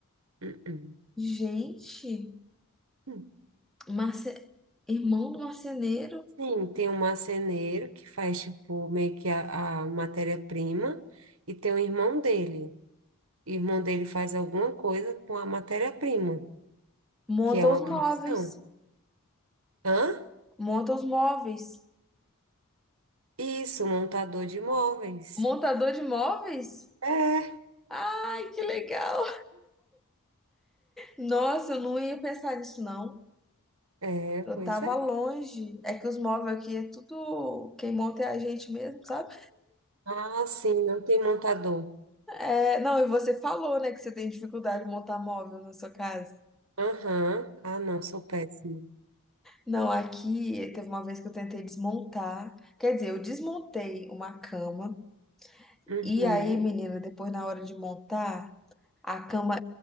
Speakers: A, on the right; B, in the centre.
A: Uh-uh.
B: Gente,
A: Hum.
B: marce... irmão do marceneiro
A: Sim, tem um marceneiro que faz, tipo, meio que a, a matéria-prima, e tem o irmão dele. O irmão dele faz alguma coisa com a matéria-prima,
B: monta
A: que é uma
B: os móveis.
A: profissão. Hã?
B: Monta os móveis.
A: Isso, montador de móveis.
B: Montador de móveis?
A: É,
B: Ai, que legal. Nossa, eu não ia pensar nisso, não.
A: é,
B: Eu
A: pois
B: tava
A: é.
B: longe. É que os móveis aqui é tudo. Quem monta é a gente mesmo, sabe?
A: Ah, sim, não tem montador.
B: É... Não, e você falou, né, que você tem dificuldade de montar móvel na sua casa.
A: Aham. Ah, não, sou péssimo.
B: Não, aqui teve uma vez que eu tentei desmontar. Quer dizer, eu desmontei uma cama.
A: Uhum.
B: E aí, menina, depois na hora de montar, a cama